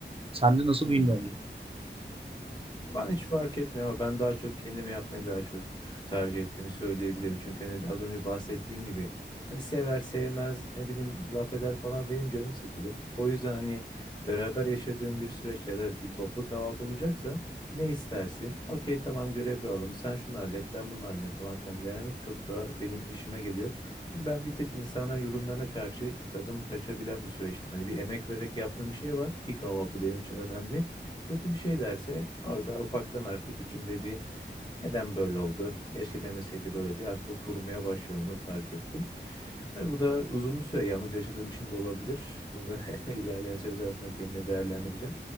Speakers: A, on the right; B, on the left.
A: Sende nasıl
B: Hmm.
A: bilmiyorum. durum.
B: Ben hiç fark etmiyor ama ben daha çok kendimi yapmayı daha çok tercih ettiğimi söyleyebilirim. Çünkü hani az önce bahsettiğin gibi hani sever sevmez ne bileyim laf eder falan benim canım sıkılır. O yüzden hani beraber yaşadığım bir süreçte ya da bir toplu kahvaltı olacaksa ne istersin? Okey tamam görev dağılım sen şunu hallet ben bunu halledeyim falan filan denemek çok daha benim işime geliyor. Çünkü ben bir tık insana yorumlarına karşı tadım kaçabilen bir süreçtim. Hani bir emek vererek yaptığım bir şey var ki kahvaltı benim için önemli kötü bir şey derse orada ufaktan artık içimde bir neden böyle oldu? Keşke demeseydi böyle diye akıl kurmaya başlıyorum onu fark ettim. Tabii bu da uzun bir süre yalnız yaşadığım için de olabilir. Bunu da <laughs> ilerleyen süre zarfında kendine değerlendireceğim.